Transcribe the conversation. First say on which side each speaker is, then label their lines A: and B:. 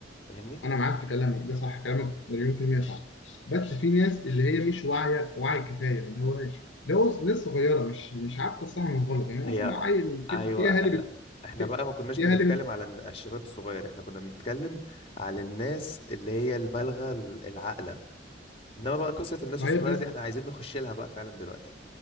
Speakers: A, on the left; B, on the left.
A: فاهمني
B: انا معاك في كلامك ده صح كلامك مليون في المية صح بس في ناس اللي هي مش واعية وعي كفاية اللي هو لو ناس صغيرة مش مش عارفة الصح من الغلط يعني
A: هي
B: مثلا عيل في,
A: ايوه
B: في اهالي
A: لا.
B: بت
A: احنا
B: في,
A: بقى ما كناش
B: في
A: بنتكلم
B: اهالي بت
A: على الن- الشباب الصغير احنا كنا بنتكلم على الناس اللي هي البالغه ال- العاقله انما بقى قصه الناس
B: ما
A: الصغيره
B: هي الناس
A: دي احنا عايزين نخش لها بقى فعلا دلوقتي